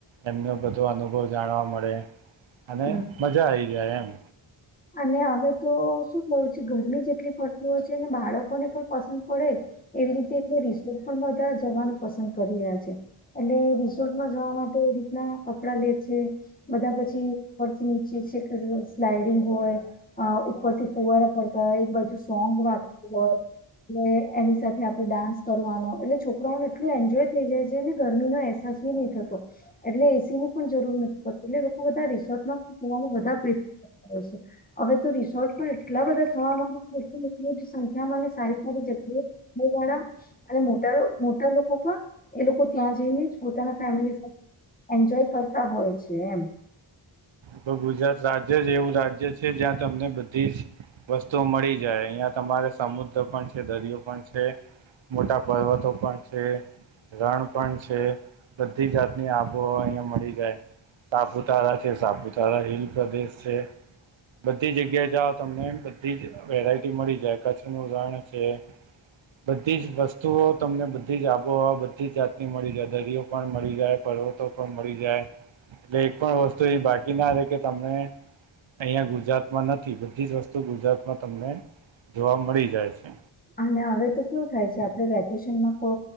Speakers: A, on the right; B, on the left.
A: એમનો બધો અનુભવ જાણવા મળે અને
B: હમ.
A: મજા આઈ જાય એમ
B: અને હવે તો શું થયું છે ગરમી જેટલી પડતી હોય છે ને બાળકોને પણ પસંદ પડે એવી રીતે એ રિસોર્ટ પણ બધા જવાનું પસંદ કરી રહ્યા છે એટલે રિસોર્ટમાં જવા માટે તો રીતના કપડા લે છે બધા પછી ઉપરથી નીચે છે સ્લાઈડિંગ હોય ઉપરથી ફુવારા પડતા હોય એક બાજુ સોંગ વાગતું હોય એ એની સાથે આપડે ડાન્સ કરવાનો એટલે છોકરાઓને એટલું એન્જોય થઈ જાય છે ને ગરમીનો અહેસાસ નહી થતો એટલે એસીની પણ જરૂર નથી પડતી એટલે બધા રિસર્ટમાં બધા હોય છે હવે તો રિસોર્ટ પણ એટલા બધા થવા માંડયા છે એટલી મોટી સંખ્યામાં સારી સારી જગ્યા અને મોટા મોટા લોકો પણ એ લોકો ત્યાં જઈને જ પોતાના ફેમલી સાથે એન્જોય કરતા હોય છે એમ
A: તો ગુજરાત રાજ્ય જ એવું રાજ્ય છે જ્યાં તમને બધી જ વસ્તુ મળી જાય અહિયાં તમારે સમુદ્ર પણ છે દરિયો પણ છે મોટા પર્વતો પણ છે રણ પણ છે બધી જાતની આબોહ અહિયાં મળી જાય સાપુતારા છે સાપુતારા હિલ પ્રદેશ છે બધી જગ્યા જાઓ તમને બધી જ વેરાયટી મળી જાય કચ્છનું રણ છે બધી જ વસ્તુઓ તમને બધી જ આબોહવા બધી જાતની મળી જાય દરિયો પણ મળી જાય પર્વતો પણ મળી જાય એટલે એક પણ વસ્તુ એ બાકીના રહે કે તમને અહીયા ગુજરાતમાં નથી બધી જ વસ્તુ ગુજરાતમાં તમને જોવા મળી જાય છે
B: અને હવે તો કેવુ થાય છે આપે વેકેશનમાં તો